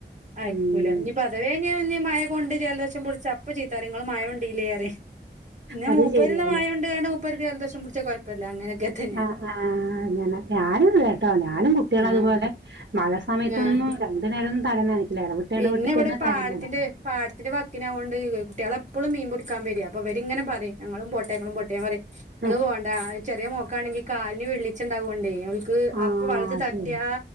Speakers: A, on the right; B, on the right.
A: ആയ്ക്കൂല
B: ഉം
A: ഇനി അഥവേഞ്ഞ് ന് മയകൊണ്ട് ജലദോഷം പിട്ച്ച അപ്പ ചീത്തറിം ങ്ങൾ മയ കൊണ്ടീല്ലേ പിന്നെ
B: അത്
A: മുപ്പേരന്നെ
B: ശരിയാണ്.
A: മയ കൊണ്ട് കാണ്ട് മുപ്പേർക്ക് ജലദോഷം പിട്ച്ചാ കൊഴ്പ്പല്ല അങ്ങനെയൊക്കെ തന്നെ
B: ആഹ് ആഹ് ആഹ് ഞാനും കേട്ടോ ഞാനും കുട്ടിയാളും
A: ആഹ്
B: അതുപോലെ മഴ സമയത്തൊന്നും
A: ആഹ്
B: രണ്ടു നേരും ഒന്നും തലന്നനക്കില്ല എടവിട്ട്
A: പിന്നെ
B: എടവിട്ടിട്ടന്നെ
A: ഇവിടെ പാടത്തിന്റെ
B: തല നനക്കും
A: പാടത്തിന്റെ വാക്കിനാവൊണ്ട് കുട്ടികളെപ്പോഴും മീൻ പുടിക്കാൻ വരേ അപ്പൊ ഇവരിങ്ങനെ പറയും ഞങ്ങളും പോട്ടെ ങ്ങളും പോട്ടെ ഞാൻ പറയും നിങ്ങള്
B: ആഹ്
A: പോണ്ട ചെറിയ മോക്കാണെങ്കിൽ കാലിന് വെളിച്ചിണ്ടാവോണ്ടേ ക്ക്
B: ആഹ്
A: അപ്പൊ വള്ളത്ത് തട്ടിയ
B: ശരി